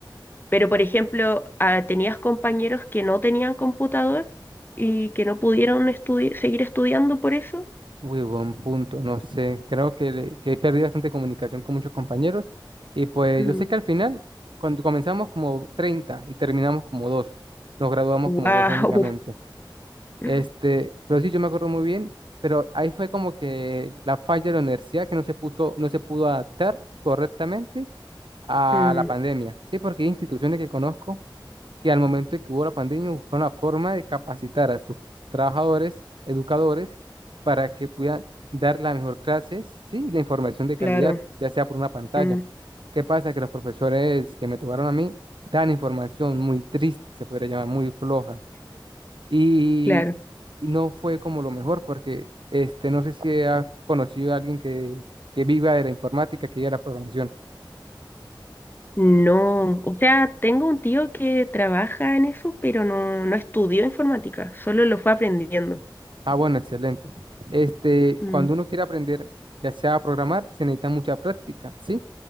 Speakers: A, on the left (about 25°); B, on the right (about 70°).
A: Pero, por ejemplo, ah, tenías compañeros que no tenían computador y que no pudieron estudi- seguir estudiando por eso.
B: Muy buen punto, no sé. Creo que, le- que he perdido bastante comunicación con muchos compañeros. Y pues
A: Mm.
B: yo sé que al final, cuando comenzamos como 30 y terminamos como dos, nos graduamos
A: wow.
B: como dos únicamente.
A: <laughs>
B: Este, pero sí, yo me acuerdo muy bien, pero ahí fue como que la falla de la universidad que no se puso, no se pudo adaptar correctamente a
A: Mm,
B: la pandemia. Sí, porque hay instituciones que conozco que al momento de que hubo la pandemia buscaron la forma de capacitar a sus trabajadores, educadores, para que puedan dar la mejor clases, sí, y la información de
A: claro,
B: calidad, ya sea por una pantalla.
A: mm,
B: ¿Qué pasa? Que los profesores que me tocaron a mí dan información muy triste, se podría llamar muy floja, y,
A: claro.
B: y no fue como lo mejor, porque este, no sé si has conocido a alguien que, que viva de la informática, que viva de la programación.
A: No, o sea, tengo un tío que trabaja en eso, pero no, no estudió informática, solo lo fue aprendiendo.
B: Ah, bueno, excelente. Este,
A: Mm,
B: cuando uno quiere aprender, ya sea a programar, se necesita mucha práctica, ¿sí?